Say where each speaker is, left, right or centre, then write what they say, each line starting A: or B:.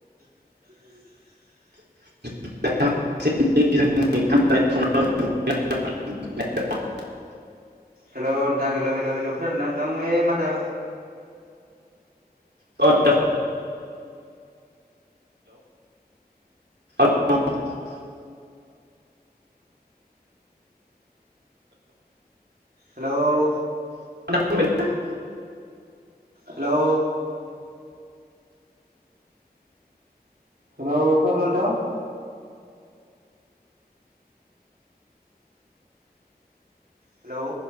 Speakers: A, on the right; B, on the right.
A: <unintelligible>
B: <inaudible>
A: हेल' नोंथां हेल' हेल' हेल' खोनादो ना नोंथां ओ माथो
B: <inaudible> हेल'
A: हेल'
B: <inaudible>
A: हेल' हेल' खोनादों नोंथां हेल'